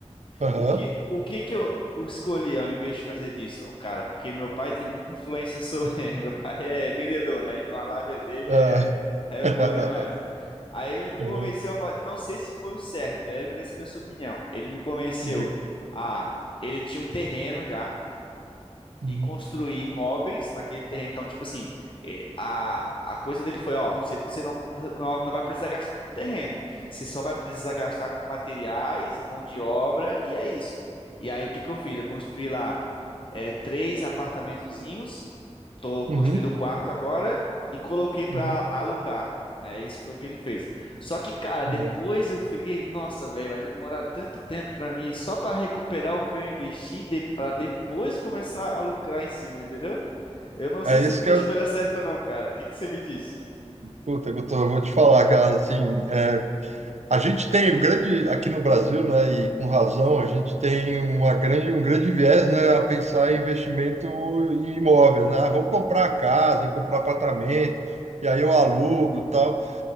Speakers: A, on the right; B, on the left.
A: Aham.
B: O que, o que que eu escolhi ao invés de fazer disso, cara? Porque meu pai tem muita influência sobre <laughs> Meu pai é vendedor, né? Então a lábia dele
A: Ah.
B: é, é
A: <laughs>
B: boa demais. Aí ele me convenceu
A: Aham.
B: a fazer. Não sei se foi o certo, aí eu queria saber a sua opinião. Ele me convenceu
A: Digo.
B: a. Ele tinha um terreno já e
A: Uhum.
B: construir imóveis naquele terreno. Então, tipo assim, eh, a, a coisa dele foi, ó, você você não, não não vai precisar gastar com terreno. Você só vai precisar gastar com materiais, mão de obra, e é isso. E aí, o que que eu fiz? Eu construí lá é, três apartamentozinhos. Tô construindo
A: Uhum.
B: o quarto agora e coloquei pra
A: Uhum.
B: alugar, né? Isso foi o que ele fez. Só que, cara, depois
A: Aham.
B: eu fiquei, nossa, velho, vai demorar tanto tempo pra mim só pra recuperar o que eu investi de, pra depois começar a lucrar em cima, entendeu? Eu não
A: É
B: sei se
A: isso
B: eu fiz
A: que
B: a
A: eu,
B: escolha certa, não, cara. O que que você me diz?
A: puta, que eu tô- eu vou te falar, cara, assim, é, a gente tem um grande, aqui no Brasil, né, e com razão, a gente tem uma grande, um grande viés, né, a pensar em investimento em imóveis, né, ah, vou comprar casa, vou comprar apartamento, e aí eu alugo e tal,